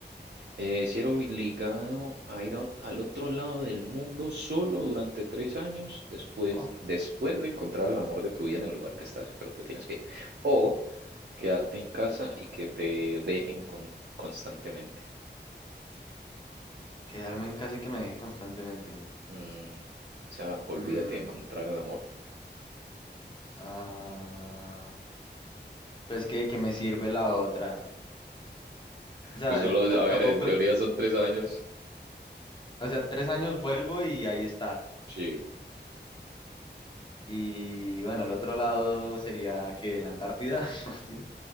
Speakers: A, on the right; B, on the left.
A: Eh, ser obligado a ir a- al otro lado del mundo solo durante tres años después,
B: Jo,
A: después de encontrar el amor de tu vida en el lugar que estás, pero te tienes que ir. O quedarte en casa y que te dejen con- constantemente.
B: quedarme en casa y que me dejen constantemente.
A: Mm, se llama Olvídate
B: Mm,
A: de encontrar el amor.
B: ah, pero es que, ¿de qué me sirve la otra? O sea,
A: Pues solo,
B: ta-
A: a
B: tampoco,
A: ver, en teoría son tres años.
B: o sea, tres años vuelvo y ahí está.
A: Sí.
B: Y bueno, el otro lado sería que la Antártida, <laughs> así.